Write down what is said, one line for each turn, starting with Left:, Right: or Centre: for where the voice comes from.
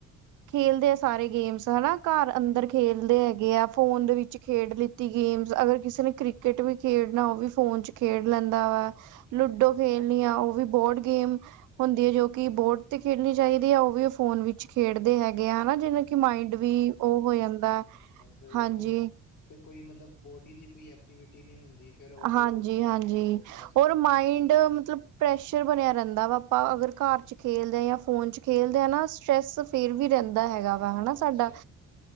Right: ਖੇਲਦੇ ਆ ਸਾਰੇ ਗੇਮਸ ਹਨਾ ਘਰ ਅੰਦਰ ਖੇਲਦੇ ਹੈਗੇ ਆ। ਫੋਨ ਦੇ ਵਿੱਚ ਖੇਡ ਲਿੱਤੀ ਗੇਮਸ ਅਗਰ ਕਿਸੇ ਨੇ ਕ੍ਰਿਕਟ ਵੀ ਖੇਡਣਾ ਉਹ ਵੀ ਫੋਨ 'ਚ ਖੇਡ ਲੈਂਦਾ ਵਾ ਲੂਡੋ ਖੇਲਣੀ ਆ ਉਹ ਵੀ ਬੋਰਡ ਗੇਮ ਹੁੰਦੀ ਹੈ ਜੋ ਕਿ ਬੋਰਡ ਤੇ ਖੇਡਣੀ ਚਾਹੀਦੀ ਹੈ। ਉਹ ਵੀ ਫੋਨ ਵਿੱਚ ਖੇਡਦੇ ਹੈਗੇ ਹਨਾ ਜਿਵੇਂ ਕਿ ਮਾਇੰਡ ਵੀ ਉਹ ਹੋ ਜਾਂਦਾ।
Left: ਫੇਰ
Right: ਹਾਂਜੀ
Left: ਉਹੋ ਫਿਰ ਕੋਈ ਮਤਲਬ ਬੋਡੀ ਦੀ ਕੋਈ ਐਕਟੀਵਿਟੀ ਨੀ ਹੁੰਦੀ। ਫਿਰ ਉਹ
Right: ਹਾਂਜੀ,
Left: ਉਹ
Right: ਹਾਂਜੀ
Left: ਬਸ ਫਿਰ
Right: ਔਰ ਮਾਇੰਡ ਮਤਲਬ ਪ੍ਰੈਸ਼ਰ ਬਣਿਆ ਰਹਿੰਦਾ ਵਾ ਆਪਾਂ ਅਗਰ ਘਰ ਚ ਖੇਲਦੇ ਆਂ ਜਾਂ ਫੋਨ ਚ ਖੇਲਦੇ ਆ ਨਾ ਸਟਰੈਸ ਫੇਰ ਵੀ ਰਹਿੰਦਾ ਹੈਗਾ
Left: ਹਾਂ ਹਾਂ
Right: ਵਾ ਹਨਾ ਸਾਡਾ